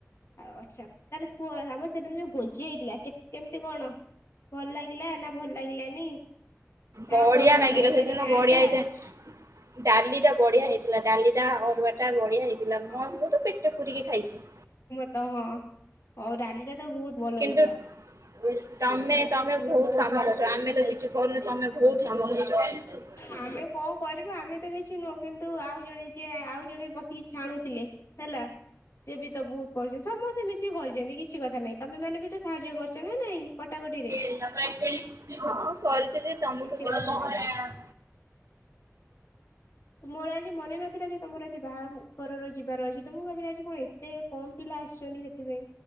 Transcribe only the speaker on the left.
ଆଉ ଆଚ୍ଛା ତାହେଲେ କୁଅ ଆମର ସେଦିନ ଯୋଉ ଭୋଜି ହେଇଥିଲା କେ-କେମିତି କଣ? ଭଲ ଲାଗିଲା ନା ଭଲ ଲାଗିଲାନି? ନା
ଆଉ କଣ ଭଲ
ହେଇପାରିଥାନ୍ତା?
ହଁ
ତ ହଁ, ଅ, ଡାଲିଟା ତ ବହୁତ ଭଲ
ହେଇଥିଲା
ଆମେ କଣ କରିବୁ ଆମେ ତ କିଛି ନୁହଁ, କିନ୍ତୁ ଆଉ ଜଣେ ଯିଏ, ଆଉ ଜଣେ ବସିକି ଛାଣୁଥିଲେ ହେଲା ସିଏ ବି ତ ବହୁତ କରିଛି, ସମସ୍ତେ ମିଶିକି କରିଚନ୍ତି, କିଛି କଥା ନାଇଁ, ତୋମେ ମାନ ବି ତ ସାହାଯ୍ୟ କରିଛ ନା ନାଇଁ। କଟାକଟି ରେ।
କିଛି
କଥା
ନାଇଁ ମୋର ଆଜି ମନେ ନଥିଲା ଯେ ତୋମର ଆଜି ବାହା ଘରର ଯିବାର ଅଛି, ତ ମୁଁ ଭାବିଲି ଆଜି କଣ ଏତେ କମ୍ ପିଲା ଆସିଛନ୍ତି ସେଥିପାଇଁ।